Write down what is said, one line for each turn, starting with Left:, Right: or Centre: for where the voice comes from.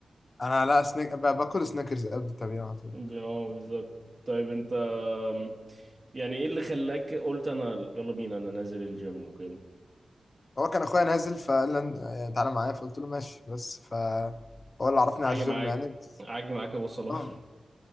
Left: انا لا سنيك ب- باكل سنيكرز قبل التمرين على طول
Right: اه بالظبط طيب انت أم، يعني ايه اللي خلاك قلت انا يلا بينا انا نازل الجيم وكده
Left: هو كان اخويا نازل فقال لي آه، تعالى معايا فقلت له ماشي بس ف هو اللي عرفني
Right: عاجي
Left: على الجيم
Right: معاك
Left: يعني بس-
Right: عاجي معاك يا ابو صلاح
Left: اه